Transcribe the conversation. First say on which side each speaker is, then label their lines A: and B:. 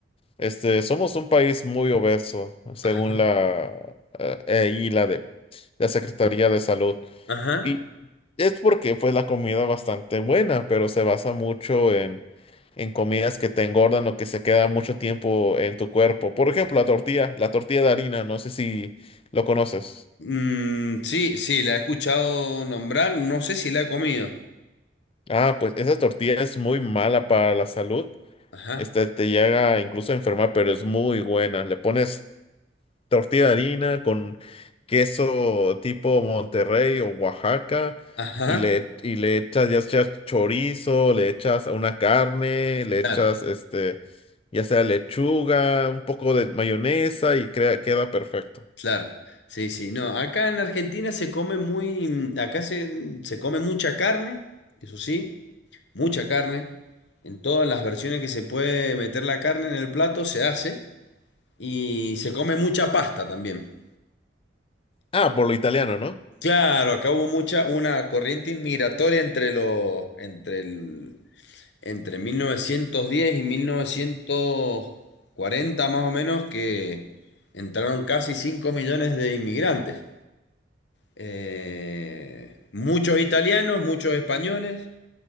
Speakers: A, on the left; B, on the left.
A: este, somos un país muy obeso, según
B: Ajá,
A: la, eh, eh, y la de la Secretaría de Salud.
B: ajá.
A: Y es porque fue la comida bastante buena, pero se basa mucho en, en comidas que te engordan o que se queda mucho tiempo en tu cuerpo. Por ejemplo, la tortilla, la tortilla de harina, no sé si lo conoces.
B: Mm, sí, sí, la he escuchado nombrar, no sé si la he comido.
A: Ah, pues esa tortilla es muy mala para la salud.
B: Ajá,
A: Este, te llega incluso a enfermar, pero es muy buena. Le pones tortilla de harina con queso tipo Monterrey o Oaxaca
B: ajá,
A: y le, y le echas, ya sea chorizo, le echas a una carne, le
B: claro.
A: echas este, ya sea lechuga, un poco de mayonesa y crea, queda perfecto.
B: Claro, sí, sí. No, acá en Argentina se come muy, mm, acá se, mm, se come mucha carne, eso sí, mucha carne. En todas las versiones que se puede meter la carne en el plato se hace y se come mucha pasta también.
A: Ah, por lo italiano, ¿no?
B: Claro, acá hubo mucha, una corriente inmigratoria entre los, entre el, entre 1910 y mil novecientos cuarenta más o menos que entraron casi 5 millones de inmigrantes. eh, muchos italianos, muchos españoles,